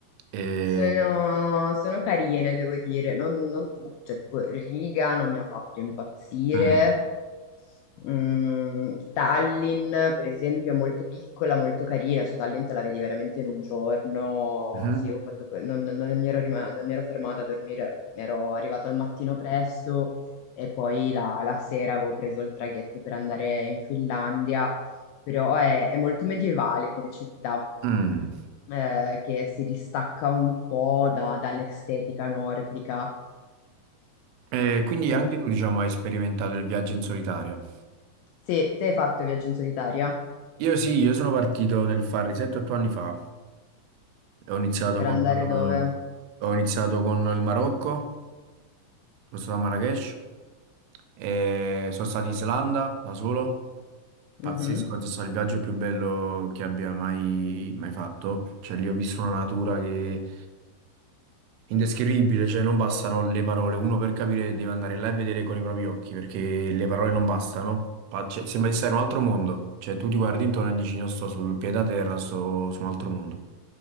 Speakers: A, on the right; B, on the left.
A: E,
B: Sono, sono carine, devo dire, non, non tu, cioè tipo Riga non mi ha fatto impazzire,
A: Mm.
B: Mm, Tallinn, per esempio, è molto piccola, molto carina, cioè Tallinn te la vedi veramente in un giorno.
A: Mhm.
B: Sì, ho fatto que- non, non non mi ero rima- non mi ero fermata a dormire, ero arrivato al mattino presto e poi la, la sera avevo preso il traghetto per andare in Finlandia, però è, è molto medievale come città,
A: Mm.
B: eh, che si distacca un po' da- dall'estetica nordica.
A: E quindi
B: E-
A: anche tu, diciamo, hai sperimentato il viaggio in solitario.
B: sì, te hai fatto viaggio in solitaria?
A: Io sì, io sono partito nel Farri 7-8 anni fa, ho iniziato
B: Per
A: con,
B: andare dove?
A: eh, ho iniziato con il Marocco, sono stato a Marrakech, e sono stato in Islanda da solo, pazzesco,
B: Mhm.
A: penso sia stato il viaggio più bello che abbia mai, mai fatto, cioè lì ho visto una natura che indescrivibile, cioè non bastano le parole, uno per capire deve andare là e vedere con i propri occhi, perché le parole non bastano, Pa- cioè, sembra di stare in un altro mondo, cioè tu ti guardi intorno e dici non sto sul piede a terra, sto su un altro mondo.